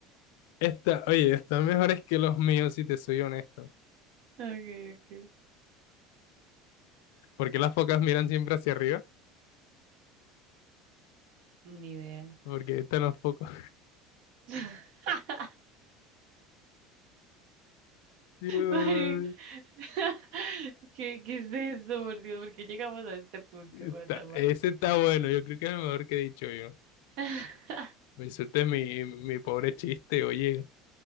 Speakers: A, on the left; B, on the right.
A: Esta, oye, están mejores que los míos, si te soy honesto.
B: Okay, okay.
A: ¿Por qué las focas miran siempre hacia arriba?
B: Ni idea.
A: Porque están los focos.
B: <laughs>
A: <laughs> Dios,
B: Mari, <laughs> ¿Qué, qué es esto, por Dios? ¿Por qué llegamos a este punto?
A: está-
B: What the fuck?
A: ese está bueno, yo creo que es lo mejor que he dicho yo.
B: <laughs>
A: Me insultes mi, mi pobre chiste, oye.